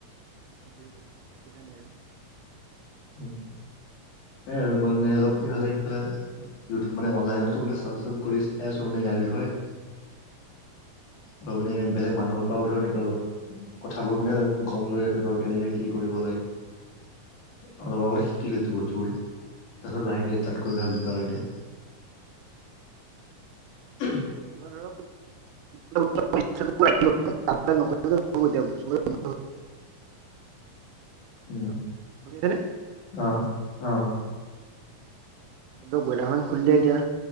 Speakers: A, on the right; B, on the left.
A: সেইটোৱে সেইকাৰণে আৰু।
B: উম হে আৰু মই মানে অলপ ইফালে সিফালে- ইউটিউব মানে অনলাইনতো মানে চাৰ কৰি চাই আছো মানে, ইয়াৰ বিষয়ে। আৰু মানে বেলেগ মানুহৰ পৰাও ধৰ এনেকে অলপ কথাবোৰ মানে গম লৈ আছো ধৰ কেনেকে কি কৰিব লাগে? অলপ আগতে শিকিলো তো বস্তুবোৰ তাৰপাছত লাহেকে ষ্টাৰত কৰিম বুলি ভাবিছোঁ আৰু এতিয়া। উ <unintelligible>
A: ব <unintelligible>
B: উম
A: হেল্ল' শুনিছেনে?
B: অঁ অঁ অঁ।
A: ব ব্ৰলাৰখন খুলিলে এতিয়া